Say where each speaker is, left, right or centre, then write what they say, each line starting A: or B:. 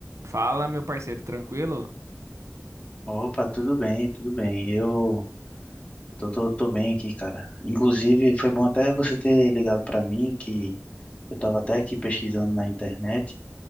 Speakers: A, on the right; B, on the left.
A: Fala, meu parceiro, tranquilo?
B: Opa, tudo bem, tudo bem. Eu tô, tô, tô bem aqui, cara. Inclusive, foi bom até você ter ligado pra mim, que eu tava até aqui pesquisando na internet,